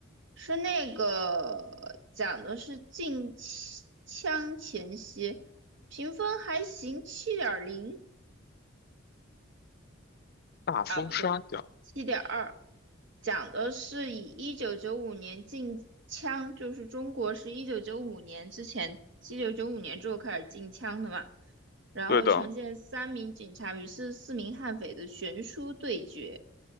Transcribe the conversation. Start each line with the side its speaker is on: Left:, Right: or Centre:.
Right: 是那个讲的是禁枪前夕，评分还行，七点零
Left: 大风沙奖，
Right: 啊，不对，七点二，讲的是以一九九五年禁枪，就是中国是一九九五年之前，一九九五年之后开始禁枪的嘛，然后呈现三名警察与四十四名悍匪的悬殊对决，
Left: 对的。